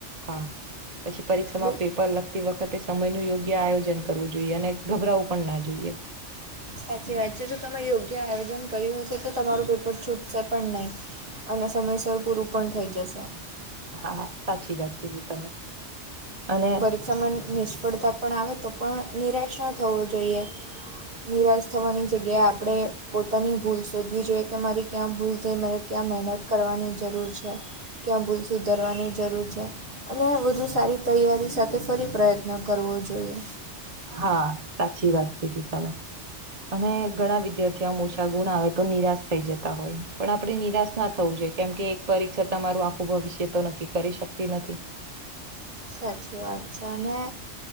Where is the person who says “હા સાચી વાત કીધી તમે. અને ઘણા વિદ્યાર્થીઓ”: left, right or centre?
Right